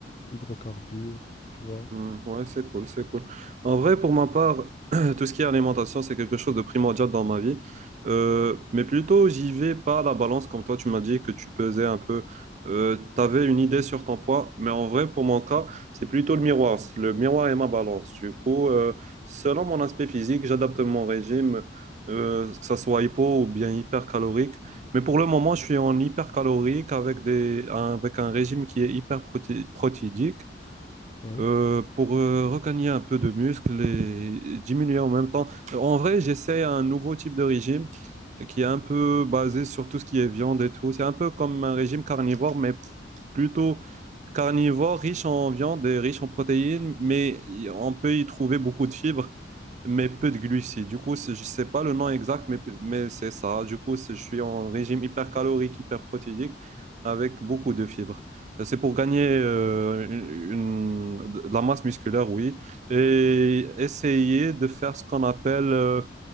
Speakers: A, on the left; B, on the right.
A: hydrocarbures, tu vois.
B: Hmm, ouais, c'est cool, c'est cool. En vrai, pour ma part, <clears throat> tout ce qui est alimentation, c'est quelque chose de primordial dans ma vie. Euh, mais plutôt, j'y vais pas à la balance, comme toi, tu m'as dit que tu pesais un peu. Euh, tu avais une idée sur ton poids, mais en vrai, pour mon cas, c'est plutôt le miroir. Le miroir et ma balance. Du coup, euh, selon mon aspect physique, j'adapte mon régime, euh, que ça soit hypo ou bien hypercalorique. Mais pour le moment, je suis en hypercalorique avec des, avec un régime qui est hyper protéidique
A: Ouais,
B: euh, pour euh, regagner un peu de muscle et diminuer en même temps. Euh, En vrai, j'essaie un nouveau type de régime qui est un peu basé sur tout ce qui est viande et tout. C'est un peu comme un régime carnivore, mais plutôt carnivore, riche en viande et riche en protéines, mais y- on peut y trouver beaucoup de fibres, mais peu de glucides. Du coup, c'est- je ne sais pas le nom exact, mais, mais c'est ça. Du coup, c'est- je suis en régime hypercalorique, hyperprotéique, avec beaucoup de fibres. C'est pour gagner euh, une, une- de la masse musculaire, oui, et essayer de faire ce qu'on appelle euh,